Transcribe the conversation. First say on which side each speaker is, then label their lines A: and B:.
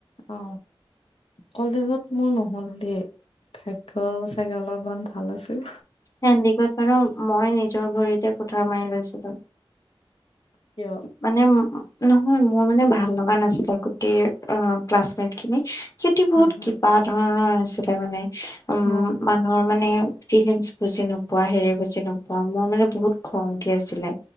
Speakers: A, on the left (about 80°); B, on the left (about 35°).
A: অ কলেজত মোৰ নহল দেই, ভাগ্য চাগে অলপমান ভাল আছিল।
B: হেণ্ডিকত বাৰু মই নিজৰ ভৰিতে কোঠাৰ মাৰি লৈছিলো।
A: কিয়?
B: মানে নহয় মোৰ মানে ভাল লগা নাছিলে গোটেই অ ক্লাছমেট খিনি। হিয়তি বহুত
A: হা হা
B: কিবা ধৰণৰ আছিলে মানে উম
A: অ
B: মান, মানুহৰ মানে ফিলিংছ বুজি নোপোৱা হেৰি বুজি নোপোৱা মোৰ মানে বহুত খং উঠি আছিলে।